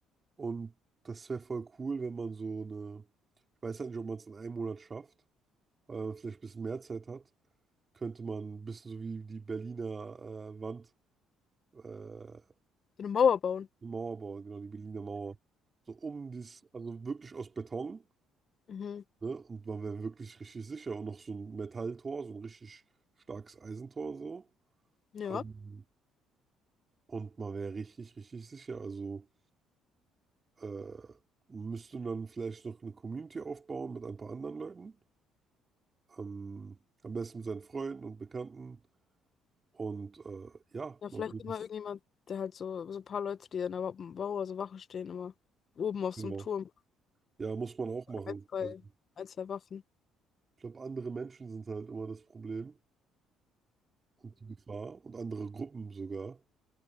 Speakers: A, on the right (about 35°); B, on the left (about 50°).
A: Und das wäre voll cool, wenn man so eine, ich weiß halt nicht, ob man es in einem Monat schafft, aber wenn man vielleicht ein bisschen mehr Zeit hat, könnte man ein bisschen so wie die Berliner äh, Wand, äh, eine
B: für eine Mauer bauen.
A: Mauer bauen, genau, die Berliner Mauer. So um dies, also wirklich aus Beton,
B: Mhm.
A: ne? Und man wäre wirklich richtig sicher. Und noch so ein Metalltor, so ein richtig starkes Eisentor so.
B: Ja.
A: Ähm, und man wäre richtig, richtig sicher. Also äh, müsste dann vielleicht noch eine Community aufbauen mit ein paar anderen Leuten. Ähm, am besten mit seinen Freunden und Bekannten. Und äh, ja,
B: Ja,
A: man
B: vielleicht
A: muss,
B: immer irgendjemand, der halt so, so ein paar Leute, die an der Wa- Mauer so Wache stehen, immer oben auf
A: ja,
B: so einem Turm,
A: ja, muss man auch machen.
B: ein, zwei,
A: Also,
B: ein, zwei Waffen.
A: ich glaube, andere Menschen sind halt immer das Problem und die Gefahr und andere Gruppen sogar.